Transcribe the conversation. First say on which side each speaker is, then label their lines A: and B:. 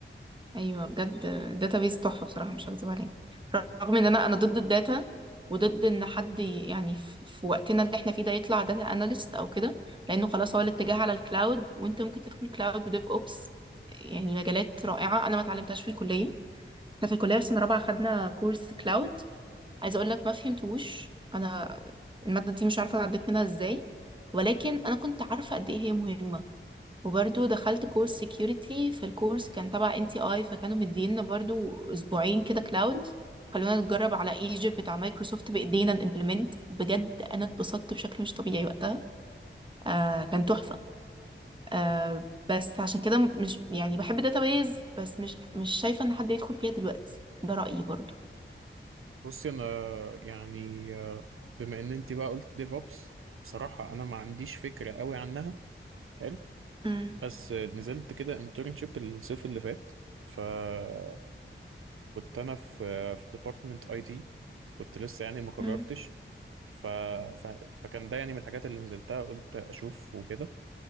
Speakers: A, on the right (about 25°); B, on the right (about 80°).
A: ايوه بجد داتابيز تحفه بصراحه مش هكذب عليك رغم ان انا انا ضد الداتا وضد ان حد ي- يعني ف- في وقتنا اللي احنا فيه ده يطلع داتا اناليست او كده لانه خلاص هو الاتجاه على الكلاود وانت ممكن تدخل كلاود وديف اوبس يعني مجالات رائعه انا ما اتعلمتهاش في الكليه احنا في الكليه في سنه رابعه خدنا كورس كلاود عايزه اقول لك ما فهمتوش انا الماده دي مش عارفه عديت منها ازاي ولكن انا كنت عارفه قد ايه هي مهمه وبرضو دخلت كورس سكيورتي في الكورس كان تبع ان تي اي فكانوا مدينا برضو اسبوعين كده كلاود خلونا نتجرب على ايجيبت بتاع مايكروسوفت بايدينا نimplement بجد انا اتبسطت بشكل مش طبيعي وقتها آه كان تحفة آه بس عشان كده مش يعني بحب الداتابيز بس مش مش شايفة ان حد يدخل فيها دلوقتي ده رأيي برضو
B: بصي انا يعني آه، بما ان انت بقى قلت ديف اوبس بصراحة انا ما عنديش فكرة قوي عنها حلو
A: امم
B: بس آه، نزلت كده انترنشيب الصيف اللي فات فكنت انا في آه، في ديبارتمنت اي تي كنت لسه يعني ما قررتش
A: امم
B: ف... ف... فكان ده يعني من الحاجات اللي نزلتها قلت اشوف وكده